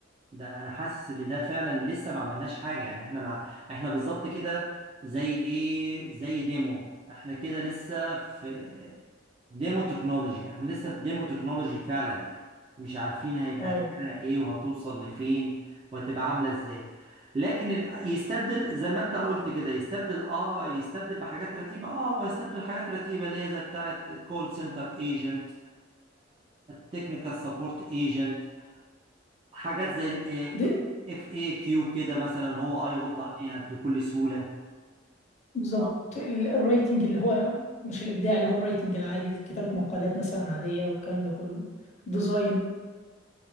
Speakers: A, on the right (about 30°); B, on the left (about 35°).
A: ده انا حاسس ان ده فعلا لسه ما عملناش حاجه يعني احنا مع احنا بالظبط كده زي ايه زي ديمو احنا كده لسه في ديمو تكنولوجي احنا لسه في ديمو تكنولوجي فعلا يعني مش عارفين هيبقى
B: واو
A: اخرها ايه وهتوصل لفين وهتبقى عامله ازاي لكن ال- يستبدل زي ما انت قلت كده يستبدل اه يستبدل بحاجات رتيبه اه هو يستبدل حاجات رتيبه اللي هي زي بتاعه كول سنتر ايجنت تكنيكال سبورت ايجنت حاجات زي
B: دي...
A: اف اي كيو كده مثلا هو اه يرد عليها بكل سهولة
B: بالظبط
A: آه.
B: ال- الرايتنج اللي هو مش الابداع اللي هو الرايتنج العادي كتابة مقالات مثلا عادية والكلام ده كله ديزاين